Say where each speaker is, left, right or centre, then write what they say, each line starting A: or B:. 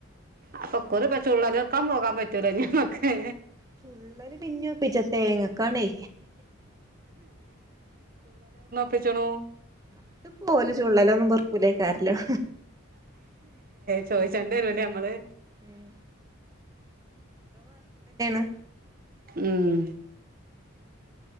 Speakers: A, on the right (about 45°); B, on the right (about 15°).
A: അപ്പം ഇക്കുറി ഇപ്പം ചുള്ളല് പൊർക്കാൻ പോകാൻ പറ്റൂല ഇഞമ്മക്ക്
B: ചുള്ളല് പിന്നിയൊപ്പിച്ച തേങ്ങക്കാണേ
A: പിച്ചണൊ
B: അത് ഇപോല് ചുള്ളലൊന്നും പെർക്കൂലേക്കാരം
A: ചോയിച്ചണ്ടി വരുലേ നമ്മള്
B: ഉം അ
A: ഉം